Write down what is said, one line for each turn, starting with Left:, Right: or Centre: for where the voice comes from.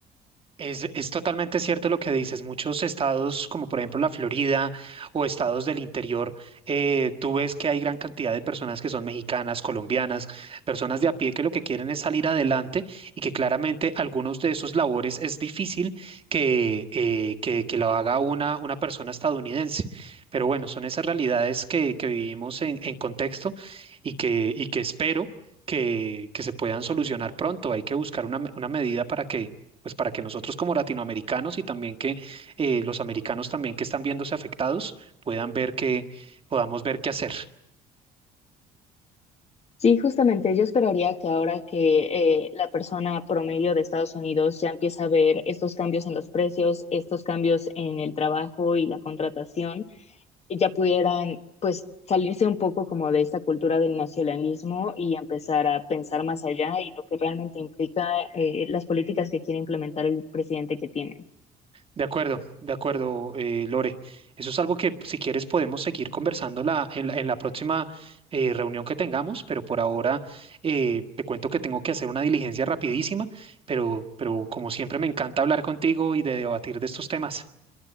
Right: Es, es totalmente cierto lo que dices. Muchos estados, como por ejemplo la Florida o estados del interior, eh, tú ves que hay gran cantidad de personas que son mexicanas, colombianas, personas de a pie que lo que quieren es salir adelante y que claramente algunos de esos labores es difícil que, eh, que, que lo haga una, una persona estadounidense. Pero bueno, son esas realidades que, que vivimos en, en contexto y que, y que espero que, que se puedan solucionar pronto. Hay que buscar una, me- una medida para que pues para que nosotros como latinoamericanos y también que eh, los americanos también que están viéndose afectados puedan ver que podamos ver qué hacer.
Left: Sí, justamente yo esperaría que ahora que eh, la persona promedio de Estados Unidos ya empieza a ver estos cambios en los precios, estos cambios en el trabajo y la contratación, y ya pudieran pues salirse un poco como de esta cultura del nacionalismo y empezar a pensar más allá y lo que realmente implica eh, las políticas que quiere implementar el presidente que tienen.
Right: De acuerdo, de acuerdo, eh, Lore. Eso es algo que si quieres podemos seguir conversando la- en, la, en la próxima eh, reunión que tengamos, pero por ahora eh, te cuento que tengo que hacer una diligencia rapidísima, pero, pero como siempre me encanta hablar contigo y de debatir de estos temas.